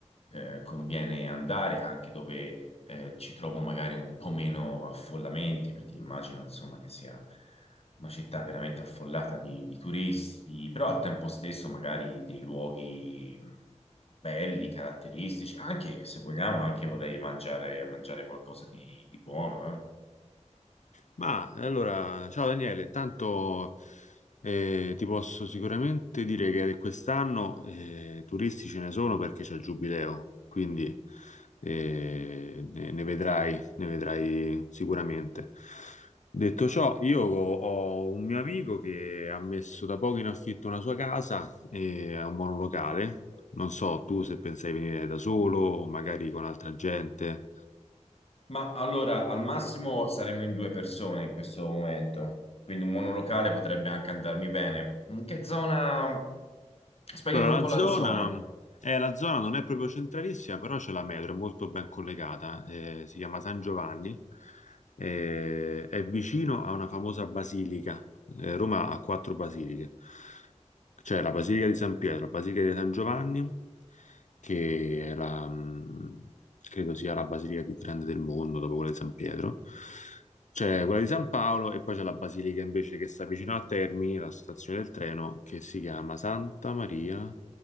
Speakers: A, on the left (about 50°); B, on the left (about 75°).
A: eh, conviene andare anche dove eh, ci trovo magari un po' meno affollamenti, perché immagino insomma che sia una città veramente affollata di, di turisti, però al tempo stesso magari dei luoghi belli, caratteristici, anche se vogliamo, anche vorrei mangiare, mangiare qualcosa di, di buono, eh.
B: Ma allora, ciao Daniele, tanto eh, ti posso sicuramente dire che quest'anno eh, turisti ce ne sono perché c'è il giubileo, quindi eh, ne, ne vedrai, ne vedrai sicuramente. Detto ciò, io ho ho un mio amico che ha messo da poco in affitto una sua casa e ha un monolocale. Non so tu se pensai venire da solo, magari con altra gente.
A: Ma allora, al massimo saremo in due persone in questo momento, quindi un monolocale potrebbe anche andarmi bene. In che zona? Spiegami
B: Allora,
A: un
B: la
A: po'
B: zona,
A: la zona.
B: eh, la zona non è proprio centralissima, però c'è la metro, è molto ben collegata, eh, si chiama San Giovanni, eh, è vicino a una famosa basilica. Eh, Roma ha quattro basiliche. C'è la Basilica di San Pietro, la Basilica di San Giovanni, che è la, mh, credo sia la basilica più grande del mondo dopo quella di San Pietro. C'è quella di San Paolo e poi c'è la basilica invece che sta vicino a Termini, la stazione del treno, che si chiama Santa Maria